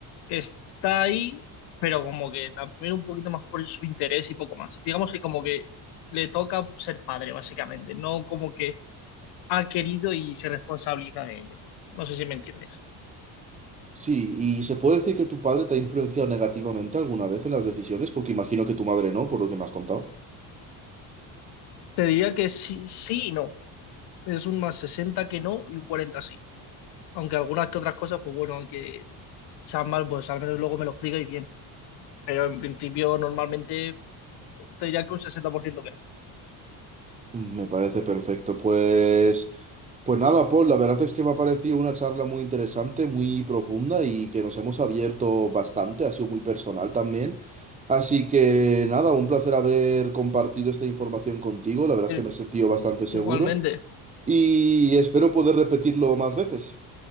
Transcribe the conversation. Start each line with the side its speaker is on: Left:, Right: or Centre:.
Left: está ahí, pero como que también un poquito más por su interés y poco más. Digamos que como que le toca ser padre, básicamente, no como que ha querido y se responsabiliza de ello. No sé si me entiendes.
Right: Sí, y se puede decir que tu padre te ha influenciado negativamente alguna vez en las decisiones, porque imagino que tu madre no, por lo que me has contado.
Left: Te diría que sí, sí y no. Es un más 60 que no y un 40 sí. Aunque algunas que otras cosas, pues bueno, aunque sean mal, pues al menos luego me lo explicáis bien. Pero en principio, normalmente, te diría que un sesenta por ciento que no.
Right: Me parece perfecto. Pues, pues nada, Paul, la verdad es que me ha parecido una charla muy interesante, muy profunda y que nos hemos abierto bastante, ha sido muy personal también. Así que nada, un placer haber compartido esta información contigo, la verdad
Left: Eh,
Right: es que me he sentido bastante seguro
Left: Igualmente.
Right: y espero poder repetirlo más veces.